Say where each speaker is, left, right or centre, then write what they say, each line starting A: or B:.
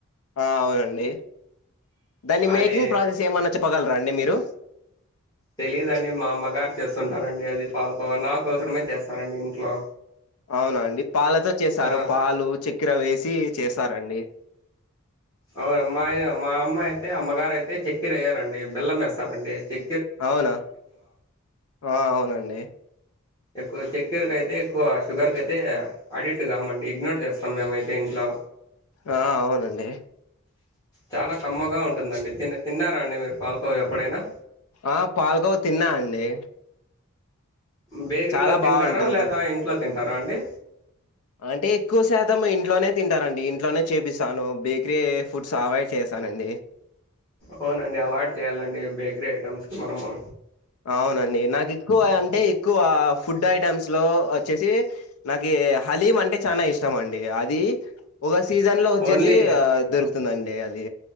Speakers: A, on the left; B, on the left.
A: అవునండి దాన్ని
B: అది
A: మేకింగ్ ప్రాసెస్ ఏమన్నా చెప్పగలరా అండి మీరు
B: తెలిదండి మా అమ్మగారు చేస్తుంటారండి అది పాల్కోవ నా కోసం మే చేస్తారండి ఇంట్లో
A: అవునండి పాలతో చేస్తారు
B: ఆ
A: పాలు చక్కెర వేసి చేస్తారండి
B: అవును మా యమా అమ్మాయితే అమ్మగారు అయితే చెక్కిర వయ్యారండి బెల్లం వేస్తారండి చె
A: అవునా ఆ అవునండి
B: ఎక్కువ చెక్కెరక అయితే ఎక్కువ షుగర్ క అయితే అడిక్ట్ కామండి ఇగ్నోర్ చేస్తాం మేమైతే ఇంట్లో
A: ఆ అవునండి
B: చాలా కమ్మగా ఉంటుందండి తినా తిన్నారా అండి మీరు పాలకోవా ఎప్పుడైనా
A: ఆ పాలగవ తిన్నా అండి
B: బేకరీలో
A: చాలా
B: తింటారా
A: బాగుంటుంది
B: లేదా ఇంట్లో తింటారా అండి
A: అంటే ఎక్కువ శాతం ఇంట్లోనే తింటారండి ఇంట్లోనే చేపిస్తాను బేకరీ ఫుడ్స్ అవోయిడ్ చేస్తానండి
B: అవునండి అవాయిడ్ చేయాలండి బేకరీ ఐటమ్స్ కి మనము
A: అవునండి నాకు ఎక్కువ అంటే ఎక్కువ ఫుడ్ ఐటమ్స్ లో వచ్చేసి నాకు హలీమ్ అంటే చాలా ఇష్టం అండి అది ఒక సీజన్ లో వచ్చేసి
B: ఓన్లీ
A: దొరుకు దొరుకుతుంది అది